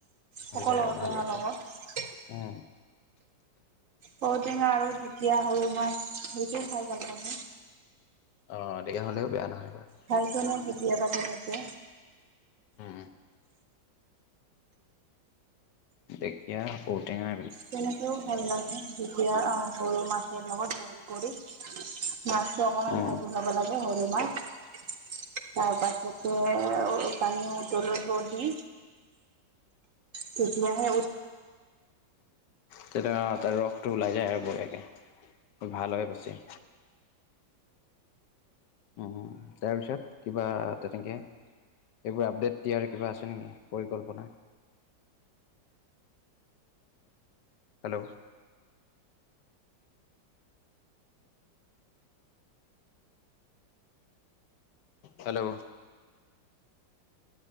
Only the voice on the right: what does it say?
সকলো
ঔটেঙাৰ
লগত
বদিনা আৰু যেতিয়া সৰু মাছ সেইকে খাই ভাল লাগে
হয়ছেনে কেতিয়াবা তেনেকে।
তেনেকেও ভাল লাগে দুখীয়া সৰু মাছৰ লগত বইল কৰি মাছটো অকমান
ভাজি লব লাগে সৰু মাছ তাৰ পাছতে পানী উতলিব দি। তেতিয়ােহে।